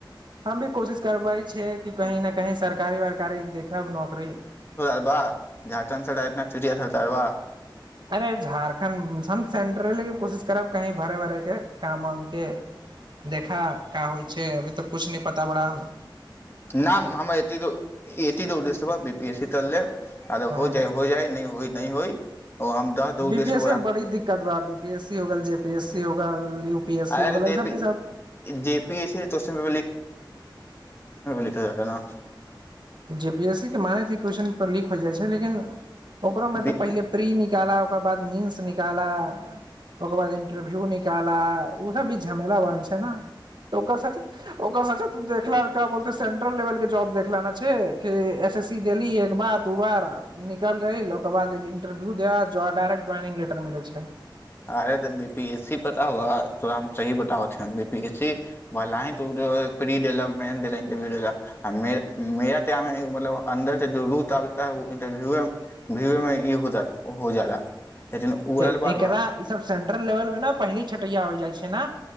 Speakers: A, on the right; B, on the left.
A: हम भी कोशिश करबय छियै कि कहीं ने कहीं सरकारी वरकारी देखब नौकरी
B: वाह झारखंडसं सारा एतना चिड़ियाघर बा
A: अरे झारखण्ड हम सेंटर लेके कोशिश करब कहीँ भरे उरेके काम उामके देखा का होइ छै अभी तऽ किछु नहि पता बड़ा हमरा
B: न हमर एते दो उदेश्य बाबी पी एस सी त लेब
A: हँ
B: हो जा हो जाइ नहि हो नहि होइ ओ हम दह दो
A: बी
B: उद्देश्य
A: पी एस सी बड़ी दिक्कत बा अभी बी पी एस सी हो गेल जे
B: <unintelligible>
A: पी एस सी हो गेल यू पी एस सी हो गेल ई
B: त'
A: सब ई सब
B: जे पी एस सी त कोश्चन लीक होय हय न
A: जे पी एस सी के मानैत छयै की क्वेेशचन पेपर लीक हो जाइ छै लेकिन ओकोरोमे
B: न
A: तऽ पहिले प्री निकालब ओकर बाद मीन्स निकाला ओकर बाद इंटरव्यू निकाला ओ सब भी झमेला बनने छै ने त ओकर के ओकर सके त देखना सेंट्रल लेवल के जॉब देखलाना छै कि एस एस सी देली एक बार दू बार निकल गइल ओकर बाद एक इंटरव्यू देआ डायरेक्ट ज्वइनिंग लेटर मिलय छै
B: अरे तऽ बी पी एस सी पता हुआ तोरा हम सही बताब हइ बी पी एस सी भला ही तू प्री देलह मेन देलह इंटरव्यू देलह मेरा टाइममे एगो मतलब अंदर से ई है इटरव्यूएमे हो जाला उ
A: तऽ
B: एयल बड़
A: एकरा
B: बा
A: ई सब सेंट्रल लेवलमे ने पहिले छटैया हो जाय छै ने